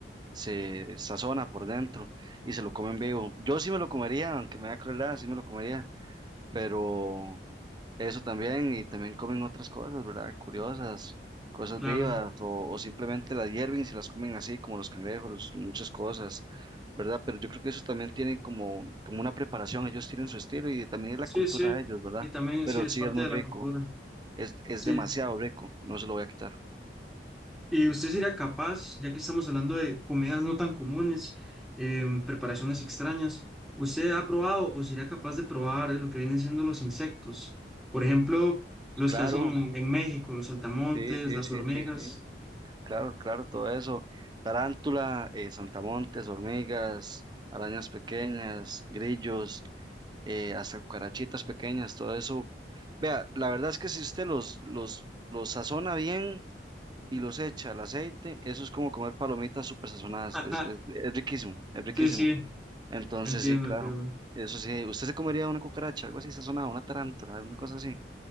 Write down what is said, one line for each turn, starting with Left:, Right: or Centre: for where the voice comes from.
Right: se sazona por dentro y se lo comen vivo. Yo sí me lo comería, aunque me da crueldad, sí me lo comería, pero eso también, y también comen otras cosas, ¿verdad? Curiosas, cosas
Centre: Claro,
Right: vivas, o, o simplemente las hierven y se las comen así, como los cangrejos, muchas cosas, ¿verdad? Pero yo creo que eso también tiene como, como una preparación, ellos tienen su estilo y también es la
Centre: sí,
Right: cultura
Centre: sí.
Right: de ellos, ¿verdad?
Centre: Y también
Right: Pero
Centre: sí, es
Right: sí
Centre: parte
Right: es muy
Centre: de
Right: rico,
Centre: la cultura.
Right: es, es
Centre: Sí.
Right: demasiado rico, no se lo voy a quitar.
Centre: ¿Y usted sería capaz, ya que estamos hablando de comidas no tan comunes, em, preparaciones extrañas, usted ha probado o sería capaz de probar lo que vienen siendo los insectos? Por ejemplo, los
Right: Claro,
Centre: que hacen en México, los saltamontes,
Right: sí, sí,
Centre: las
Right: sí,
Centre: hormigas.
Right: sí, sí, claro, claro, todo eso. Tarántula, eh, saltamontes, hormigas, arañas pequeñas, grillos. eh, hasta cucarachitas pequeñas, todo eso. Vea, la verdad es que si usted los, los, los sazona bien y los echa al aceite, eso es como comer palomitas súper sazonadas,
Centre: <laughs>
Right: es, es- es riquísimo, es riquísimo.
Centre: Sí, sí,
Right: Entonces
Centre: entiendo,
Right: sí, claro,
Centre: entiendo.
Right: eso sí, ¿usted se comería una cucaracha, algo así sazonado, una tarántula, una cosa así?